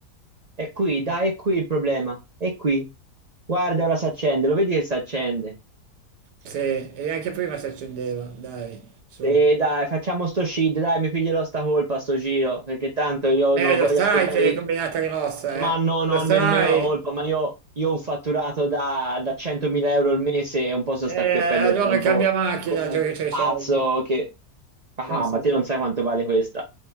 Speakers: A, on the right; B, on the right.
A: È qui, dai, è qui il problema. È qui. Guarda, ora si accende, lo vedi che si accende?
B: sì, e anche prima si accendeva, dai, su.
A: E dai, facciamo sto shit, dai, mi piglierò sta colpa sto giro, perché tanto io
B: Eh,
A: non
B: lo
A: voglio
B: sai
A: aspettare,
B: che l'hai
A: i-
B: combinata grossa,
A: ma
B: eh,
A: no,
B: lo
A: non ho
B: sai,
A: nemmeno la colpa, ma io, io ho un fatturato da, da 100.000 euro al mese e un po' so
B: eh,
A: sta qui a perdere
B: allora
A: tempo
B: cambia macchina
A: con un
B: già che c'hai i
A: pazzo
B: soldi,
A: che... Ah,
B: pensa
A: ma te
B: te.
A: non sai quanto vale questa.